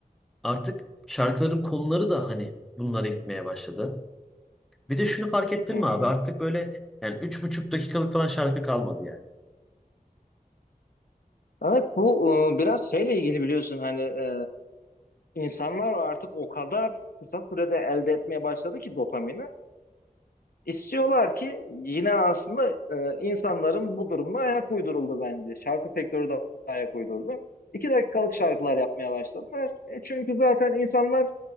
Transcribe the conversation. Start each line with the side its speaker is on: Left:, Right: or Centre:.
Centre: artık şarkıların konuları da hani bunlara gitmeye başladı. Bir de şunu fark ettin
Left: Hı
Centre: mi
Left: hı.
Centre: abi? Artık böyle yani üç buçuk dakikalık falan şarkı kalmadı yani.
Left: Evet bu e, biraz şeyle ilgili biliyorsun hani e, insanlar artık o kadar kısa sürede elde etmeye başladı ki dopamini. İstiyorlar ki yine aslında e, insanların bu durumuna ayak uyduruldu bence. Şarkı sektörü de ayak uydurdu. İki dakikalık şarkılar yapmaya başladılar. E, çünkü zaten insanlar